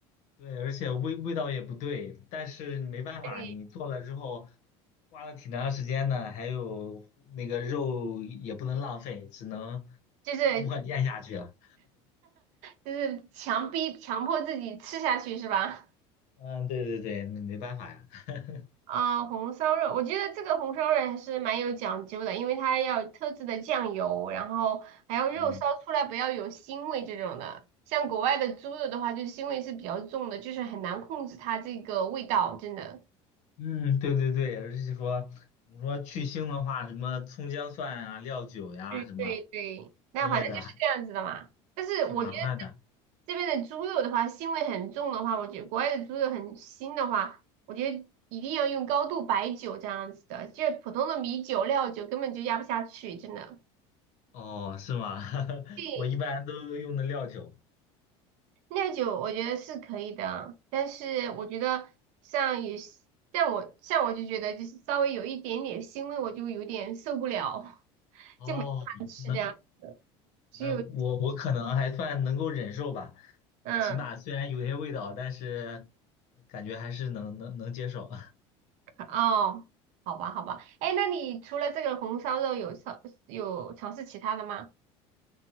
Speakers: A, on the left; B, on the right.
A: 对，而且味味道也不对，但是没办法，
B: 对，
A: 你做了之后花了挺长时间的，还有那个肉也不能浪费，只能
B: 就是
A: 默默咽下去了。
B: 就是强逼强迫自己吃下去是吧？
A: 嗯，对对对，那没办法呀。<laughs>
B: 啊、红烧肉，我觉得这个红烧肉还是蛮有讲究的，因为它要有特制的酱油，然后还要肉烧出来不要有腥味这种的。
A: 嗯。
B: 像国外的猪肉的话，就腥味是比较重的，就是很难控制它这个味道，真的。
A: 嗯，对对对，而且说你说去腥的话，什么葱姜蒜啊、料酒呀、
B: 对对对，
A: 什么
B: 那反正就是这样子的嘛。
A: 之类的，还
B: 但是我觉得
A: 挺麻烦的。
B: 这边的猪肉的话，腥味很重的话，我觉得国外的猪肉很腥的话，我觉得一定要用高度白酒这样子的，就是普通的米酒、料酒根本就压不下去，真的。
A: 哦，是吗？<laughs>
B: 对，
A: 我一般都用的料酒。
B: 酿酒我觉得是可以的啊，但是我觉得像有些，像我像我就觉得就是稍微有一点点腥味，我就有点受不了，<laughs>
A: 哦，
B: 就没办法吃这样。
A: 那
B: 只有
A: 那我我可能还算能够忍受吧，
B: 嗯
A: 嗯起码虽然有些味道，但是呃感觉还是能能能接受。<laughs>
B: 哦，好吧好吧，哎，那你除了这个红烧肉有尝有尝试其他的吗？